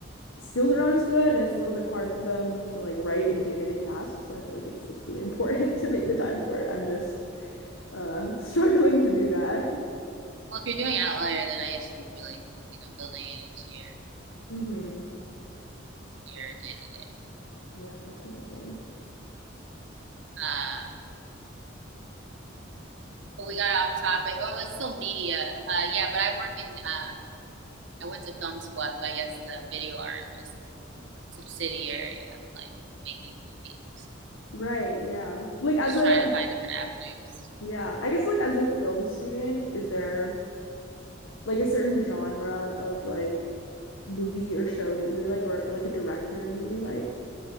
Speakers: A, on the left; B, on the right.
A: skills are not as good and it's a little bit hard for them to like write in day-to-day tasks. So I feel like it's it's really important <laughs> to make the time for it. I'm just uh <laughs> struggling to do that.
B: Well, if you're doing Outlier, then I guess you're really you know building it into your
A: <laughs> hmm
B: your day to day.
A: Yeah, definitely.
B: Um, But we got off topic. Oh, it's still media. Uh, yeah, but I work in. Um, I went to film school, so I guess the video art is just subsidiary of like making movies.
A: Right, yeah. Like as
B: Just
A: a
B: trying to find different avenues.
A: yeah, I guess like as a film student, is there like a certain genre of like movie or show that you really like or like a director you really like?